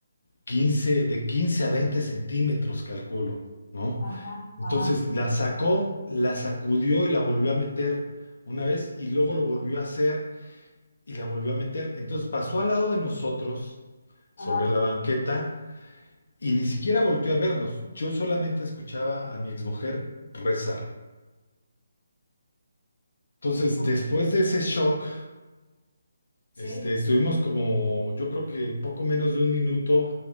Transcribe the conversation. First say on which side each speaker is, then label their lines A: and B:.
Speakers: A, on the left (about 75°); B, on the left (about 50°).
A: 15 de 15 a 20 centímetros, calculo, ¿no?
B: ajá,
A: Entonces
B: ajá,
A: la sacó, la sacudió y la volvió a meter una vez y luego lo volvió a hacer y la volvió a meter. Entonces pasó al lado de nosotros, sobre
B: ajá,
A: la banqueta, y ni siquiera volteó a vernos. Yo solamente escuchaba a mi exmujer rezar. Entonces,
B: ok.
A: después de ese shock,
B: ¿Sí?
A: este, estuvimos como, yo creo que poco menos de un minuto